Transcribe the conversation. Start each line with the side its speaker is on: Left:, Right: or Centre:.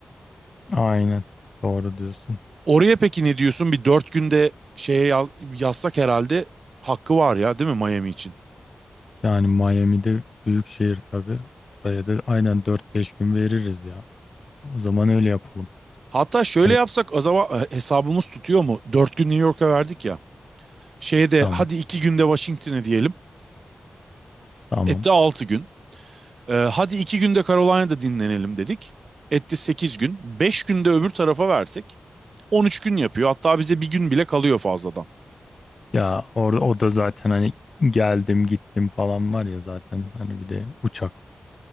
Left: Aynen doğru diyorsun.
Right: Oraya peki ne diyorsun? Bir dört günde şeye yaz- yazsak herhalde hakkı var ya değil mi Miami için?
Left: Yani Miami'de büyük şehir tabii. Oraya da aynen dört beş gün veririz ya. O zaman öyle yapalım.
Right: Hatta şöyle
Left: Hani
Right: yapsak acaba e, hesabımız tutuyor mu? Dört gün New York'a verdik ya. Şeyde
Left: tamam
Right: hadi iki günde Washington'e diyelim.
Left: tamam.
Right: Etti altı gün. Ee, hadi iki günde Carolina'da dinlenelim dedik. Etti sekiz gün. Beş günde öbür tarafa versek. On üç gün yapıyor. Hatta bize bir gün bile kalıyor fazladan.
Left: Ya orada o da zaten hani geldim gittim falan var ya zaten hani bir de uçak